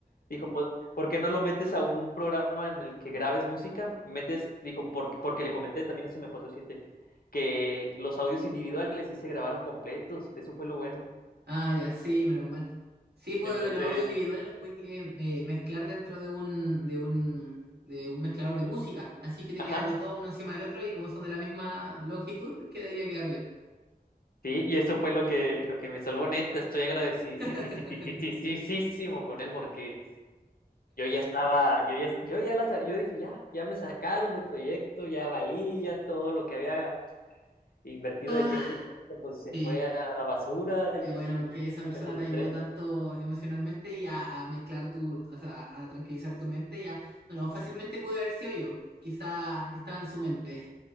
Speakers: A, on the left; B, on the right.
A: Dijo, "Po- ¿por qué no lo metes a un programa en el que grabes música? Metes, dijo, porque, porque le comenté, también eso me pasó, siete, que los audios individuales sí se grabaron completos, eso fue lo bueno.
B: Ah, ya, sí, menos mal. Sí, pues
A: Entonces,
B: los audios individuales los puedes eh, eh, mezclar dentro de un, de un, de un mezclador de música. Así que te
A: ajá,
B: quedan los dos uno encima del otro y como son de la misma longitud, quedaría quedar bien.
A: sí, y eso fue lo que, lo que me salvó, neta, estoy agradecidísimo
B: <laughs>
A: con él porque yo ya estaba, yo ya, yo ya las, yo dije, ya, ya me sacaron del proyecto, ya valí, ya todo lo que había invertido
B: Ah,
A: de tiempo y todo, pues se
B: sí.
A: fue a la basura
B: Qué
A: y
B: bueno
A: y
B: que esa persona
A: me frustré.
B: te ayudó tanto emocionalmente y a, a mezclar tu, o sea, a tranquilizar tu mente y a, bueno, fácilmente pude haber sido yo. Quizá estaba en su mente.